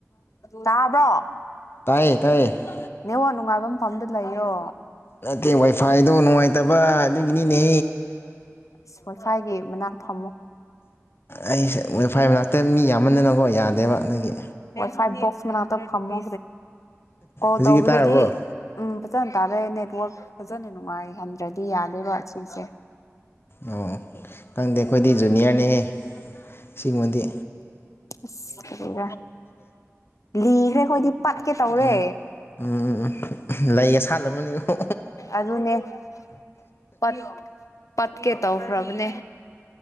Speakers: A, on the left; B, on the left.
A: ꯇꯥꯕ꯭ꯔꯣ
B: ꯇꯥꯏꯌꯦ ꯇꯥꯏꯌꯦ
A: ꯅꯦꯠꯋꯥꯛ ꯅꯨꯡꯉꯥꯏꯕ ꯃꯐꯝꯗ ꯂꯩꯌꯣ
B: ꯅꯠꯇꯦ ꯋꯥꯏꯐꯥꯏꯗꯣ ꯅꯨꯡꯉꯥꯏꯇꯕ ꯑꯗꯨꯒꯤꯅꯤꯅꯦ
A: ꯑꯁ ꯋꯥꯏꯐꯥꯏꯒꯤ ꯃꯅꯥꯛ ꯐꯝꯃꯨ
B: ꯑꯩꯁꯦ ꯋꯦꯐꯥꯏ ꯃꯅꯥꯛꯇ ꯃꯤ ꯌꯥꯝꯃꯟꯗꯅꯀꯣ ꯌꯥꯗꯦꯕ ꯑꯗꯨꯒꯤ
A: ꯐꯥꯏꯕꯣꯁ ꯃꯅꯥꯛꯇ ꯐꯝꯃꯨ ꯀꯣꯂ
B: ꯍꯧꯖꯤꯛꯀꯤ
A: ꯇꯧꯕꯗꯗꯤ
B: ꯇꯥꯔꯕꯣ
A: ꯎꯝ ꯐꯖꯅ ꯇꯥꯔꯦ ꯅꯦꯠꯋꯥꯛ ꯐꯖꯅ ꯅꯨꯡꯉꯥꯏ ꯍꯟꯗ꯭ꯔꯗꯤ ꯌꯥꯗꯦꯕ ꯁꯤꯁꯦ
B: ꯑꯣ ꯈꯪꯗꯦ ꯑꯩꯈꯣꯏꯗꯤ ꯖꯨꯅꯤꯌꯔ ꯑ ꯁꯤꯒꯤꯃꯗꯤ
A: ꯑꯁ ꯂꯤꯈ꯭ꯔꯦ ꯑꯩꯈꯣꯏꯗꯤ ꯄꯠꯀꯦ ꯇꯧꯔꯦ
B: ꯎꯝ ꯎꯝ ꯎꯝ ꯎꯝ ꯂꯩꯒ ꯁꯥꯠꯂꯝꯃꯅꯤꯀꯣ
A: ꯑꯗꯨꯅꯦꯠꯀꯦ ꯇꯧꯈ꯭ꯔꯕꯅꯦ